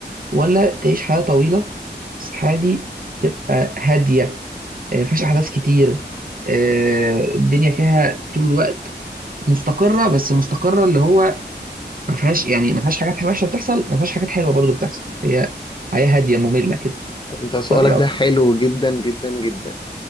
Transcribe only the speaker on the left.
انت سؤالك
ده حلو جدا جدا جدا